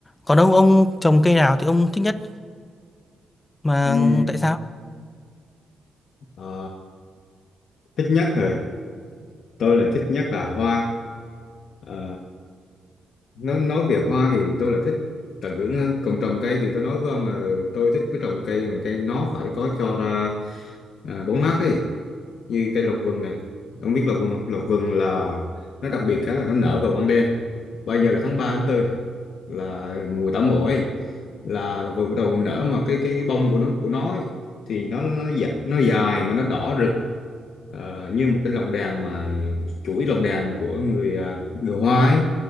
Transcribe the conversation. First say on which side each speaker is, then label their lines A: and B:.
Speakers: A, on the left (about 25°); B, on the left (about 70°).
A: Còn ông ông trồng cây nào thì ông thích nhất mà
B: Ừm,
A: tại sao
B: ờ, thích nhất rồi tôi lại thích nhất là hoa Ờ, nói nói về hoa thì tôi lại thích tận hưởng hơn còn trồng cây thì tôi nói với ông là tôi thích cái trồng cây mà cây nó phải có cho ra à, bóng mát ấy như cây lộc vừng này ông biết lộc vừng không lộc vừng là nó đặc biệt cái là nó nở vào ban đêm bây giờ là tháng 3 tháng tư này là mùa tảo mộ ấy là lộc vừng bắt đầu nở mà cái cái, cái bông của nó của nó ấy, thì nó nó dài, nó dài mà nó đỏ rực Ờ, như một cái lồng đèn mà chuỗi lồng đèn của người à, người Hoa ấy